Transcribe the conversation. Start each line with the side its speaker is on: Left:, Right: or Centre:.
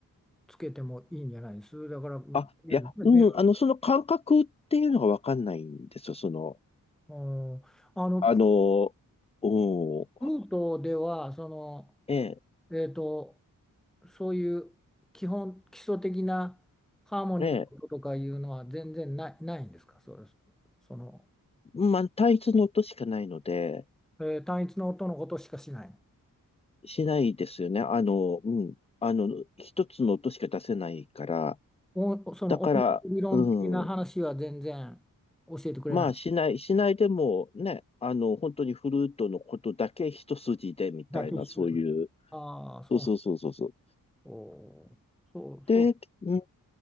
Centre: つけてもいいんじゃないです。だから、うんメロ
Left: あ、いや、うん、あの、その感覚っていうのがわかんないんですよ。その、
Centre: うんあの、
Left: あのうん、
Centre: プルートでは、その、
Left: ええ、
Centre: えーと、そういう基本、基礎的なハーモニーの音とかいうのは全然ない、
Left: ええ、
Centre: ないんですかそうです。その、
Left: まあ、単一の音しかないので、
Centre: えー単一の音のことしかしない。
Left: しないですよね。あの、うん。あの、一つの音しか出せないから。
Centre: お、その音楽理論的な話は全然教えてくれない。
Left: だから、うん。まあ、しない、しないでもね、あの、本当にフルートのことだけ一筋でみたいな、
Centre: だけしてくれる。
Left: そういう。
Centre: ああ、そうなん。
Left: そうそうそうそうそう。
Centre: おーそう、
Left: で、
Centre: そう。
Left: う